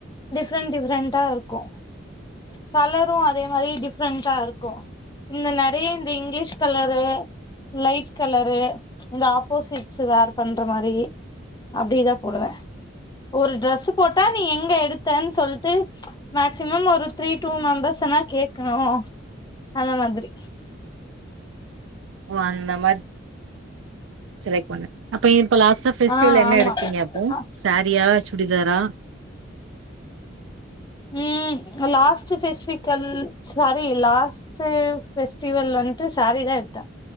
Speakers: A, on the left; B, on the right.
A: டிஃப்ரெண்ட் டிஃப்ரெண்ட்டா இருக்கும் கலரும் அதே மாதிரி டிஃப்ரெண்ட்டா இருக்கும் இந்த நெறைய இந்த இங்கிலீஷ் கலரு லைட் கலரு இந்த ஆப்போசிட்ஸ் வேர் பண்ற மாதிரி அப்டிதா போடுவ ஒரு ட்ரெஸ் போட்டா நீ எங்க எடுத்து ன்னு சொல்லிட்டு மேக்சிமம் ஒரு த்ரீ டூ மெம்பர்ஸ்னா கேட்கணு அந்த மாதிரி
B: ஓ அந்த மாதிரி செலக்ட் பண்ண அப்ப இப்ப லாஸ்ட்டா ஃபஸ்டிவல்
A: ஆ
B: என்ன
A: ஆமா
B: எடுத்தீங்க அப்போ
A: அ
B: சாரியா சுடிதாரா
A: ம் லாஸ்ட் ஃபெசிஃபிகல் சாரி லாஸ்ட் செ பெஸ்டவல் வந்துன்டு சாரிதா எடுத்த